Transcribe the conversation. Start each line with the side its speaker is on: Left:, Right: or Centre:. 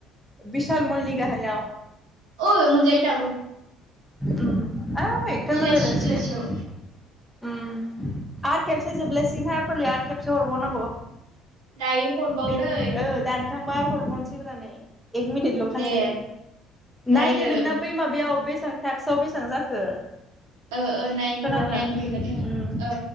Centre: बिशाल मलनि गाहायाव
Right: औ मोनजायो दाबो
Centre: ओम आ एकथा
Right: बेलासि
Centre: जालाय लायसिगोन,
Right: बेलासियाव
Centre: ओम आरो खेबसे जोबलाय सिन्हा फलि आरो खेबसे हरबावनांगौ
Right: दायो हरबावदै
Centre: बे ओ दान थांबा आरो हरबावनोसैब्रा नै एक मिनिटल'खासै
Right: दे जायो
Centre: नायदो नोंनो बै माबायाव बेसेबां टाक्सआव बेसेबां जाखो
Right: ओ ओ नायनो
Centre: खोनादों
Right: र' नायनो
Centre: ओम
Right: रोंगोन ना रोङा औ